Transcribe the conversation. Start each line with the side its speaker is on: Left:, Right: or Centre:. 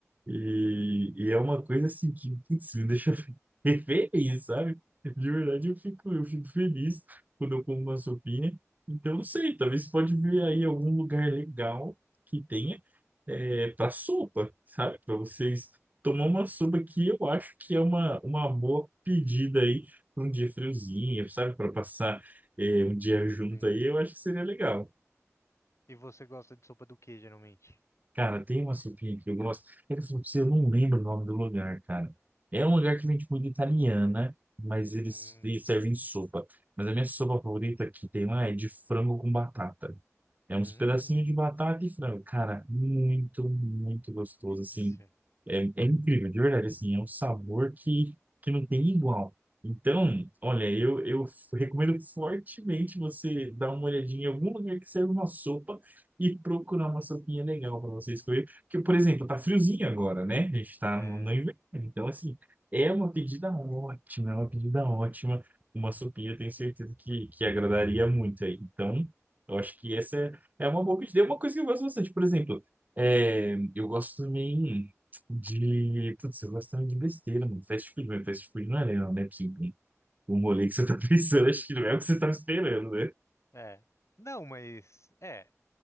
Right: E, e é uma coisa assim que, putz, me deixa <laughs> feliz, sabe? De verdade, eu fico, eu fico feliz quando eu como uma sopinha. Então, não sei, talvez pode vir aí algum lugar legal que tenha é, para sopa, sabe? Para vocês tomar uma sopa que eu acho que é uma, uma boa pedida aí para um dia friozinho, sabe? Para passar é, um dia junto
Left: Sim.
Right: aí, eu acho que seria legal.
Left: E você gosta de sopa do que geralmente?
Right: Cara, tem uma sopinha que eu gosto. É que eu falo pra você, eu não lembro o nome do lugar, cara. É um lugar que vende comida italiana, mas eles,
Left: Hum,
Right: eles servem sopa. Mas a minha sopa favorita que tem lá é de frango com batata. É
Left: hum,
Right: uns pedacinhos de batata e frango. Cara, muito, muito gostoso,
Left: delícia.
Right: assim. É, é incrível, de verdade, assim. É um sabor que, que não tem igual. Então, olha, eu, eu recomendo fortemente você dar uma olhadinha em algum lugar que serve uma sopa e procurar uma sopinha legal para você escolher. Porque, por exemplo, tá friozinho agora, né? A gente tá
Left: É,
Right: no, no inverno. Então, assim, é uma pedida ótima, é uma pedida ótima. Uma sopinha, eu tenho certeza que, que agradaria muito aí. Então, eu acho que essa é, é uma boa pedida. É uma coisa que eu gosto bastante. Por exemplo, é, eu gosto também de. Putz, eu gosto também de besteira, mano. Fast food, mas fast food não é legal, né? Tipo Assim, um um rolê que você tá <laughs> pensando, acho que não é o que você tava esperando, né?
Left: é. Não, mas é.